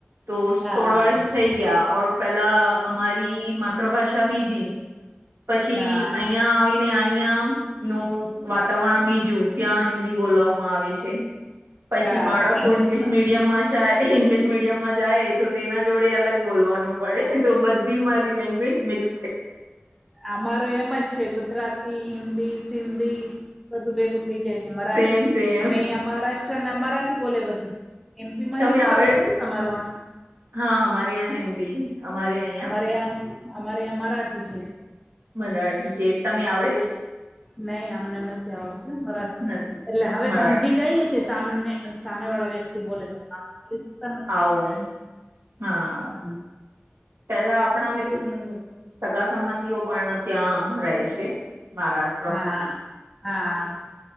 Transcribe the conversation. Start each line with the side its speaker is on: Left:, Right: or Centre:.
Right: તો
Centre: હા
Right: સોળ વર્ષ થઈ ગયા ઓર પેલા અમારી માતૃભાષા બીજી પછી
Centre: હા
Right: અહંયા આવીને અહં નું વાતાવરણ બીજું ત્યાં હિન્દી બોલવામાં આવે છે પછી
Centre: હા
Right: બાળકો
Centre: એમથી
Right: ઈંગ્લિશ મીડિયમ માં થાય ઇંગ્લિશ મીડિયમ માં જાય તો તેના જોડે અલગ બોલવાનું પડે તો બધ ી મારી લેંગ્વેજનેક્ ક
Centre: અમારો એમ જ છે ગુજરાતી હિન્દી સિંધી બધું ભેગું થઈ જાય છે મરાઠી
Right: સેમ સેમ
Centre: અ અહં મહારાષ્ટ્ર ના મરાઠી બોલે બધું એમપી મા
Right: તમે
Centre: હિન્દીી
Right: આવડે
Centre: હશે ને તમાર હ હ
Right: હા હમારે ં હિન્દી અમારે અહિયાં
Centre: અમારે આ્યાં અમારે્યાં મરાઠી છે
Right: મરાઠી છે તમે આવડે છે
Centre: નહી અમને નથી આવડતું મારા
Right: નથી
Centre: એટલે હવે
Right: મરાઠ
Centre: સમજી જાય છે સામાન્ય સામે વાળા વ્યક્તિ બોલે તો બોલી શકતા નથી
Right: આવું
Centre: હજ સુધી
Right: હા
Centre: હમ
Right: પેલા આપણા
Centre: એટલે
Right: મે સગા સંબંધીઓ પણ ત્યાં રહેશે મહારાષ્ટ્ર
Centre: હા હા